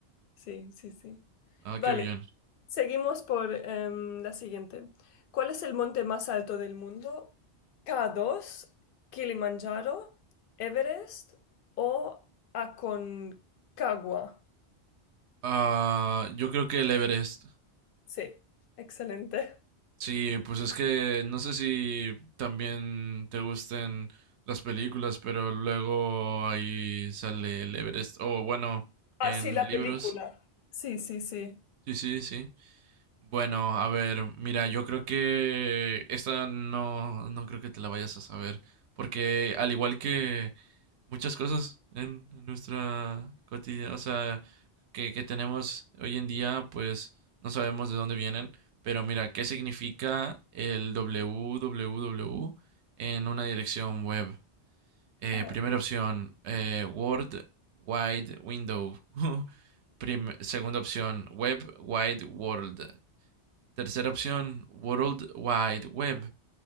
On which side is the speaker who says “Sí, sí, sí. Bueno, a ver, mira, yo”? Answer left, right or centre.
Right